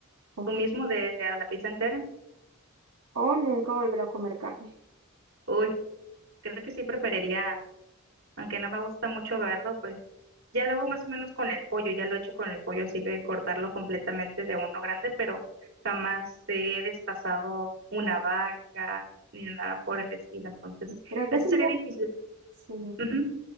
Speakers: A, on the right; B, on the right.
A: o,
B: tú
A: que-
B: mismo de, de la pizza entera.
A: o nunca volver a comer carne.
B: Uy, creo que sí preferiría, aunque no me gusta mucho verlo, pues Ya lo hago más o menos con el pollo, ya lo he hecho con el pollo así de cortarlo completamente de uno grande, pero jamás he destazado una vaca ni nada por el estilo, entonces
A: Creo
B: eso
A: que sería,
B: sería difícil,
A: sí,
B: Ujú,